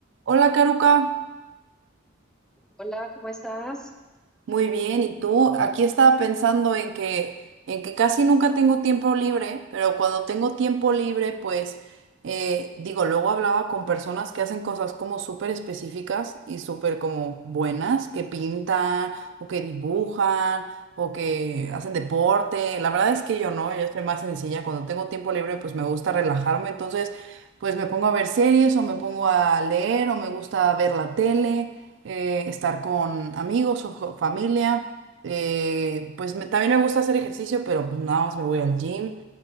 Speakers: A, on the right (about 65°); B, in the centre.
A: Hola, Karuka.
B: Hola, ¿cómo estás?
A: Muy bien, ¿y tú? Aquí estaba pensando en que en que casi nunca tengo tiempo libre, pero cuando tengo tiempo libre, pues eh, digo, luego hablaba con personas que hacen cosas como súper específicas y súper como buenas, que pintan o que dibujan o que hacen deporte. La verdad es que yo no, yo soy más sencilla. Cuando tengo tiempo libre, pues me gusta relajarme, entonces pues me pongo a ver series o me pongo a leer o me gusta ver la tele. eh, estar con amigos o jo- familia. eh, pues me- también me gusta hacer ejercicio, pero pues nada más me voy al gym.